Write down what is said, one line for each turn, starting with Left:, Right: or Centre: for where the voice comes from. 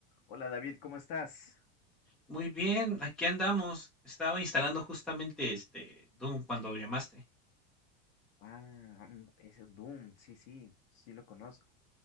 Left: Hola David, ¿cómo estás?
Centre: Muy bien, aquí andamos. Estaba instalando justamente este Doom cuando llamaste.
Left: Ah, mm, es el Doom, sí, sí, sí lo conozco.